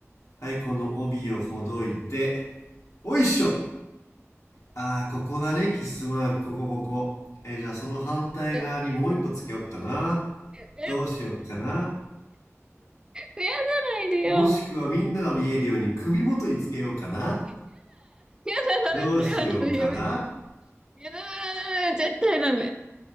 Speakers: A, on the left (about 80°); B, on the right (about 15°).
A: はい、この帯をほどいて。おいっしょああ、ここだね、キスマーク。ここ、ここ。えーじゃあその反対側にもう一個つけよっかな。
B: え、これ以上増やさないで。
A: どうしよっかな。
B: 増やさないでよ。
A: もしくはみんなが見えるように首元につけようかな。
B: やだ、やだ、ダメ、
A: どうしようかな。
B: それはダメ、やめて。やだ、ダメ、絶対ダメ。